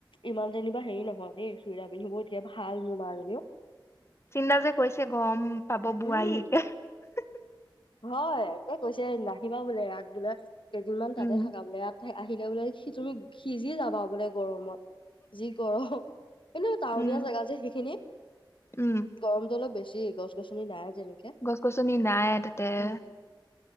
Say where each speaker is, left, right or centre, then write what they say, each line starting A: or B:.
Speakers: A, on the left; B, on the left.
A: ইমান যেনিবা হেৰি নহয় দেই চুইজাৰ পিন্ধিব এতিয়া ভাল মোৰ মাজনীও।
B: চিন্তা যে কৰিছে গৰম পাব
A: উম,
B: বোৱাৰীয়েকে।
A: হয় একে কৈছোঁ। পিছে নাহিলা বোলে ইয়াত বোলে। কেইদিনমান তাতে
B: উম
A: থাকাগৈ ইয়াত আহিলে বোলে সি তুমি সিজি যাবা বোলে গৰমত যি গৰম! কিন্তু টাউনীয়া
B: উম
A: জেগা যে সেইখিনি
B: উম
A: গৰমটো অলপ বেছি। ওঁ গছ গছনি নাই। যেনেকে।
B: গছ গছনি নাই! <unintelligible>
A: উম।